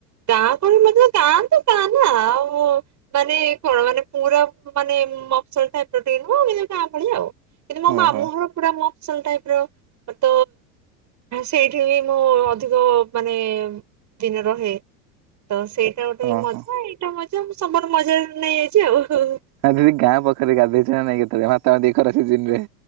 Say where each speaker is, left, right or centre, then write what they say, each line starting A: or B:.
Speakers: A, on the right (about 40°); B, on the right (about 55°).
A: ଗାଁ କହଳି ମତେ ଗାଁ ତ ଗାଁ ନା ଆଉ ମାନେ କଣ ମାନେ ପୁରା ମାନେ ମପସଲ ଟାଇପର ଟିକେ ନୁହ ଏମିତି ଗାଁ ଭଳି ଆଉ କିନ୍ତୁ ମୋ ମାମୁଁ
B: ଓହୋ
A: ହର ପୁରା ମୋ ଫସଲ ଟାଇପ ର, ତ ସେଇଠି ବି ମୁଁ ଅଧିକ ମାନେ ଦିନେ ରହେ, ତ ସେଇଟା ଗୋଟେ
B: ଓହୋ
A: ମଜା। ସେଟା ମଜା ମୁଁ ସବୁ ଆଡ଼ୁ ମଜାରେ ନେଇଯାଇଛି ଆଉ ଉ
B: ହଁ ଦିଦି ଗାଁ ପୋଖରୀରେ ଗାଧୋଇଛ ନା ନାଇ କେତେବେଳେ, ମାତା ମାତି ଖରା ସିିଜିନରେ